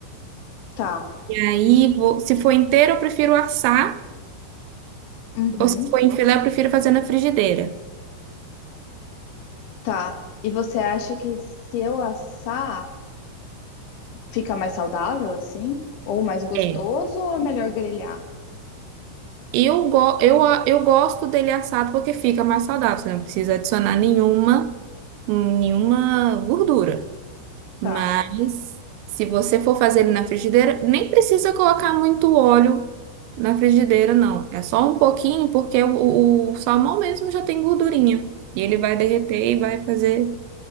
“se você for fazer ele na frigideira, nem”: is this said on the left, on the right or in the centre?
Right